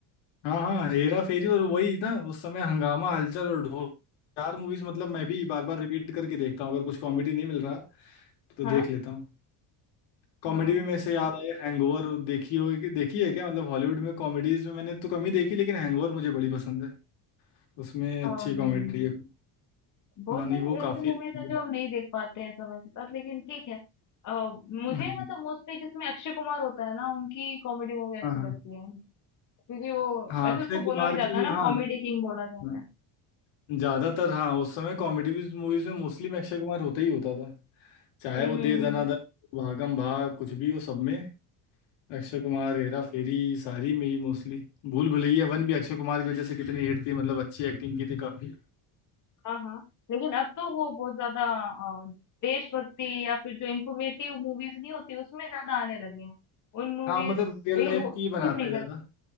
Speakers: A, on the left; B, on the left.
A: हाँ हाँ हेरा फेरी और वही ना उस समय हंगामा हलचल और ढोल चार मूवीज मतलब मैं भी बार बार रिपीट करके देखता हूँ अगर कुछ कॉमेडी नहीं मिल रहा तो
B: हाँ
A: देख लेता हूँ कॉमेडी
B: हाँ
A: भी मेरे से याद आई हैंगओवर देखी हो देखी है क्या मतलब हॉलीवुड में कॉमेडीज में मैंने तो कम ही देखी लेकिन हैंगओवर मुझे बड़ी पसंद है उसमें
B: और
A: अच्छी कॉमेडी
B: नहीं
A: है
B: बहुत
A: हाँ नहीं
B: सारी
A: वो काफी
B: ऐसी मूवीज़
A: अच्छी
B: हैं
A: है
B: जो हम नहीं देख पाते हैं समय के साथ लेकिन ठीक है। अ, मुझे
A: हाँ
B: मतलब मोस्टली जिसमें अक्षय कुमार होता है ना उनकी कॉमेडी मूवी अच्छी
A: हाँ हाँ
B: लगती है। क्योंकि वो
A: हाँ,
B: वैसे
A: अक्षय
B: उसको
A: कुमार
B: बोला भी जाता
A: की
B: है ना
A: हाँ
B: कॉमेडी किंग बोला जाता
A: हाँ,
B: है।
A: ज्यादातर हाँ उस समय कॉमेडी मूवीज में मोस्टली में अक्षय कुमार होता ही होता था चाहे
B: हुँ,
A: वो
B: हुँ,
A: दे
B: हुँ।
A: दनादन भागम भाग कुछ भी हो सब में अक्षय
B: हुँ,
A: कुमार हेरा फेरी सारी में ही मोस्टली भूल भुलैया वन भी अक्षय कुमार की वजह से कितनी हिट थी मतलब अच्छी एक्टिंग की थी काफी
B: हाँ, हाँ। लेकिन अब तो वो बहुत ज़्यादा अ, देशभक्ति या फिर जो इन्फॉर्मेटिव मूवीज़ नहीं होती उसमें ज़्यादा आने लगे हैं। उन मूवीज़
A: हाँ मतलब रियल
B: लेकिन
A: लाइफ
B: वो
A: की ही बनाते
B: सूट नहीं
A: हैं
B: करता
A: ज्यादा